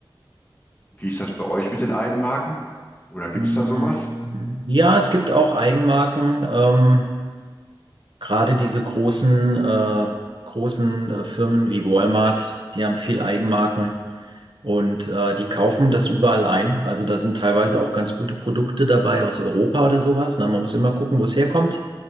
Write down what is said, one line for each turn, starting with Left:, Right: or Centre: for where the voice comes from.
Left: Wie ist das bei euch mit den Eigenmarken? Oder gibt's
Right: Mm,
Left: da sowas?
Right: Ja, es gibt auch Eigenmarken. Ähm, Gerade diese großen, äh, großen äh, Firmen wie Walmart, die haben viel Eigenmarken und äh, die kaufen das überall ein. Also da sind teilweise auch ganz gute Produkte dabei aus Europa oder sowas. Na, man muss immer gucken, wo es herkommt.